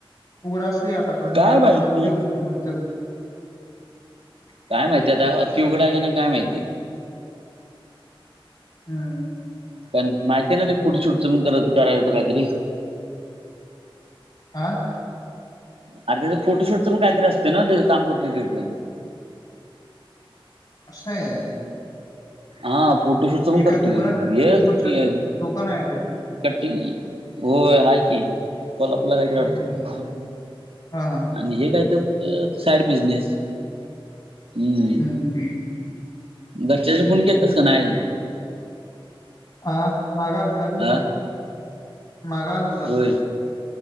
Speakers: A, on the left (about 40°); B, on the right (about 80°).
A: उघड असल्या. आता परत
B: काय
A: नाय आता,
B: माहिती
A: आलू जेवण करून तर
B: काय माहितीय आता आखी उघड आहे का नाय काय माहिती
A: हम्म,
B: पण माहिती आहे ना, ते फूटशूटच पण करत करायचं काहीतरी
A: आ
B: अरे, त्याच फोटोशूटचं पण काहीतरी असतय ना, ते काम करतोय तो पण
A: अस हाय,
B: हा, फोटोशूटच
A: म्हणजे
B: पण करतो
A: काय दुकान
B: ह्यो
A: आहे फोटोशूटचं
B: च की,
A: दुकान आहे ते
B: करतय की होय आहे, की, कोल्हापूरला काय तर आहे
A: हम्म
B: वाटतं.
A: हा हा
B: आणि हे काय तर साईड बिजनेस. हम्म,
A: हम्म,
B: घरच्या ह्याच्यावर फोन केलतास का नाही?
A: हा, माग आलतार र
B: आ
A: माग आल
B: होय,